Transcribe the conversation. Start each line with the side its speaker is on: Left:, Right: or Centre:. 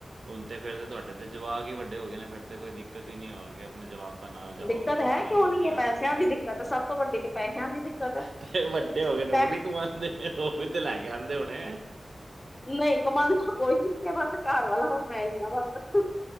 Right: ਹੁਣ ਤੇ ਫੇਿਰਦੇ ਤੁਹਾਡੇ ਤੇ ਜਵਾਕ ਹੀ ਵੱਡੇ ਹੋ ਗਏ ਨੇ ਫਿਰ ਤੇ ਕੋਈ ਦਿੱਕਤ ਹੀ ਨਹੀਂੀ ਆ ਰਹੀ ਆਪਣੇ ਜਵਾਕ ਆਪਾਂ ਨਾਲ ਜਾਓ
Left: ਦਿੱਕਤ
Right: ਆਰਾਮ
Left: ਹੈ
Right: ਨਾਲ
Left: ਕਿਉਂ
Right: ਵਧੀਆ।
Left: ਨੀ ਹੈ ਪੈਸਿਆਂ ਦੀ ਦਿੱਕਤ ਹੈ ਸਭ ਤੋਂ ਵੱਡੀ ਤੇ ਪੈਸਿਆਂ ਦੀ ਦਿੱਕਤ ਹੈ
Right: ਤੇ ਵੱਡੇ ਹੋ ਗਏ ਨੇ
Left: ਪੈ
Right: ਉਹ ਨੀ ਕਮਾਉਂਦੇ ਉਹ ਵੀ ਤੇ ਲੈ ਕੇ ਆਉਂਦੇ ਹੋਣੇ
Left: ਨਹੀਂ ਕਮਾਉਂਦਾ ਕੋਈ ਨੀ ਹੈ ਬਸ ਘਰ ਵਾਲਾ ਹੁਣ ਮੈਂ ਹੀ ਆ ਬਸ